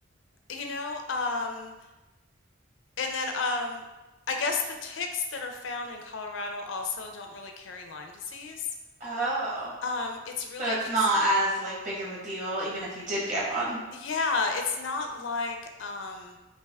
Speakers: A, on the left (about 70°); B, on the right (about 35°).
A: You know, um and then um I guess the ticks that are found in Colorado also don't really carry Lyme disease.
B: Oh,
A: Um it's really
B: so it's
A: just
B: not as like big of a deal, even if you did get one.
A: yeah, it's not like um